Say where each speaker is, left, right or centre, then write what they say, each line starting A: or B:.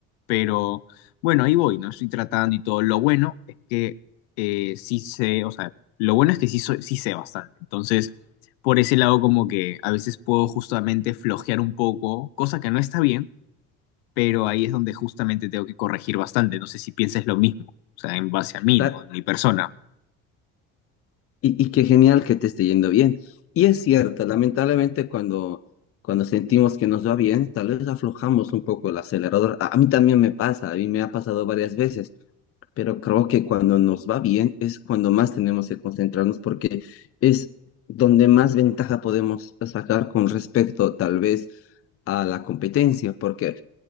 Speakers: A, on the left; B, on the left.
A: Pero bueno, ahí voy, ¿no? Estoy tratando y todo. Lo bueno es que eh, sí sé, o sea, lo bueno es que sí, soy- sí sé bastante. Entonces, por ese lado como que a veces puedo justamente flojear un poco, cosa que no está bien, pero ahí es donde justamente tengo que corregir bastante. No sé si piensas lo mismo, o sea, en base a mí,
B: Cla-
A: ¿no? En mi persona.
B: Y, y qué genial que te esté yendo bien. Y es cierto, lamentablemente cuando, cuando sentimos que nos va bien, tal vez aflojamos un poco el acelerador. A, a mí también me pasa, a mí me ha pasado varias veces, pero creo que cuando nos va bien es cuando más tenemos que concentrarnos porque es donde más ventaja podemos sacar con respecto tal vez a la competencia, porque eh,